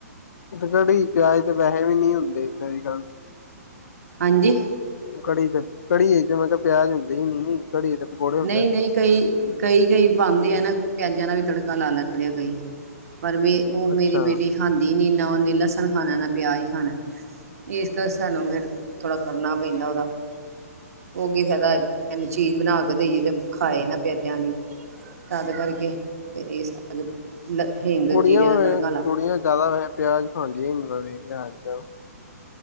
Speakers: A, on the left (about 80°); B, on the right (about 65°).
A: ਕੜੀ ਪਿਆਜ ਤੇ ਵੈਸੇ ਵੀ ਨਹੀਂ ਹੁੰਦੇ ਸਹੀ ਗੱਲ,
B: ਹਾਂਜੀ,
A: ਕੜੀ ਤੇ ਕੜੀ ਤੇ ਮੈਂ ਕਿਹਾ ਪਿਆਜ ਹੁੰਦੇ ਹੀ ਨ ਕੜੀ ਦੇ ਪਕੌੜੇ ਹੁੰਦੇ
B: ਨਹੀਂ
A: ਆ ਫਿਰ
B: ਨਹੀਂ
A: ਉਹ,
B: ਕਈ ਕਈ ਕਈ ਪਾਂਦੇ ਆ ਨਾ ਪਿਆਜਾਂ ਦਾ ਵੀ ਤੜਕਾ ਲਾ ਲੈਦੇ ਕਈ। ਪਰ ਮੇ ਉਹ ਮੇਰੀ
A: ਅੱਛਾ
B: ਬੇਟੀ ਖਾਂਦੀ ਨਹੀਂ। ਨਾ ਉਹਨੇ ਲਸਣ ਖਾਣਾ ਨਾ ਪਿਆਜ। ਖਾਣਾ ਇਸ ਦਾ ਸਾਨੂੰ ਫਿਰ ਥੋੜਾ ਕਰਨਾ ਪੈਂਦਾ ਉਹਦਾ। ਉਹ ਕੀ ਫਾਇਦਾ ਚੀਜ਼ ਬਣਾ ਕੇ। ਦੇਈਏ ਤੇ ਖਾਏ ਨਾ ਪਿਆਜਾਂ ਦੀ ਤਦ ਕਰਕੇ ਫੇਰ ਇਸ ਕਰਕੇ। ਹਿੰਗ
A: ਕੁੜੀਆਂ
B: ਜੀਰੇ
A: ਭਾਵੇ
B: ਦਾ ਤੜਕਾ ਲਾ
A: ਕੁੜੀਆਂ ਜਿਆਦਾ ਵੈਸੇ ਪਿਆਜ ਖਾਂਦੀਆਂ ਹੀ ਨੀ ਨਾਲੇ। <unintelligible>